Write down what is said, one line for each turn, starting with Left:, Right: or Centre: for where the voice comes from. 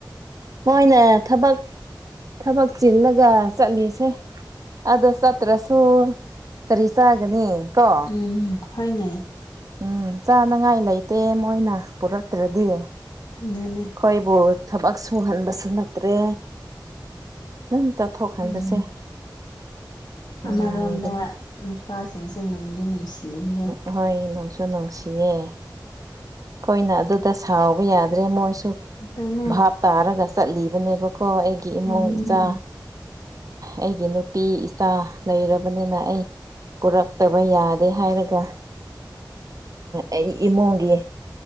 Right: ꯃꯣꯏꯅ ꯊꯕꯛ ꯊꯕꯛ ꯆꯤꯜꯂꯒ ꯆꯠꯂꯤꯁꯦ ꯑꯗꯣ ꯆꯠꯇ꯭ꯔꯁꯨ ꯀꯔꯤ ꯆꯥꯒꯅꯤ ꯀꯣ
Left: ꯎꯝ ꯍꯣꯏꯅꯦ
Right: ꯎꯝ ꯆꯥꯅꯉꯥꯏ ꯂꯩꯇꯦ ꯃꯣꯏꯅ ꯄꯨꯔꯛꯇ꯭ꯔꯗꯤ
Left: ꯑꯗꯨꯅꯦ
Right: ꯑꯩꯈꯣꯏꯕꯨ ꯊꯕꯛ ꯁꯨꯍꯟꯕꯁꯨ ꯅꯠꯇ꯭ꯔꯦ ꯅꯪ ꯆꯠꯊꯣꯛ ꯍꯟꯕꯁꯦ
Left: ꯎꯝ
Right: ꯅꯨꯡꯉꯥꯏꯕꯅꯦ
Left: ꯑꯃꯔꯣꯝꯗ ꯅꯨꯄꯥꯁꯤꯡꯁꯦ ꯅꯨꯡꯗꯤ ꯅꯨꯡꯁꯤꯍꯦ
Right: ꯑꯍꯣꯏ ꯅꯨꯡꯁꯨ ꯅꯨꯡꯁꯤꯌꯦ ꯑꯩꯈꯣꯏꯅ ꯑꯗꯨꯗ ꯁꯥꯎꯕ ꯌꯥꯗ꯭ꯔꯦ ꯃꯣꯏꯁꯨ
Left: ꯑꯗꯨꯅꯦ
Right: ꯚꯥꯞ ꯇꯥꯔꯒ ꯆꯠꯂꯤꯕꯅꯦꯕꯀꯣ ꯑꯩꯒꯤ ꯏꯃꯨꯡ
Left: ꯎꯝ
Right: ꯏꯆꯥ ꯑꯩꯒꯤ ꯅꯨꯄꯤ ꯏꯆꯥ ꯂꯩꯔꯕꯅꯤꯅ ꯑꯩ ꯄꯨꯔꯛꯇꯕ ꯌꯥꯗꯦ ꯍꯥꯏꯔꯒ ꯑꯩ ꯏꯃꯨꯡꯒꯤ